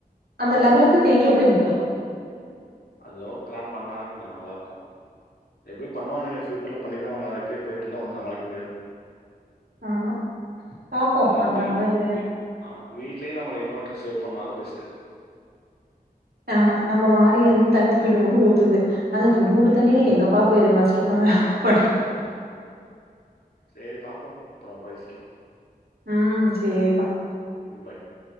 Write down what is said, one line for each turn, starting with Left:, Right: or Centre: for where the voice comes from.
Right: அந்த
Left: ஆமாமா.
Right: லெவலுக்கு தேங்கி அப்படே நி்க்கு
Left: அதோ ப்ளான் பண்ணனா கொஞ்ச நல்லார்க்கு எப்டி பண்ணுவா ஆனா ஏ சூட்டுல பண்ணி தா ஆணு அ எப்டிப் போயிட்டுந்தா ஒன் சமாளிக்க முடியாது
Right: ஆமா பாப்போ
Left: அதெல்லாம்
Right: பண்றாங்ளா
Left: வீட்
Right: இல்லையான்
Left: வீ ஆமா வீட்லே நம்ம ரெயின்வாட்டர் சேவ் பண்ணாதா பெஸ்ட்டு
Right: ஆமா நம்ம மாடில இருந் தண்ணி துளி ஊண்டு ஊத்துது அந்த துளிவுண்டு
Left: ம்.
Right: தண்ணில எங்க பாப்பு ரெய்ன்வாஸ்ட்ரு பஹ பண்ற்
Left: அத தோம் சேரி பாப்போ அப்பறம் பேசிக்கலா
Right: உம் சேரிப்பா
Left: ம் பை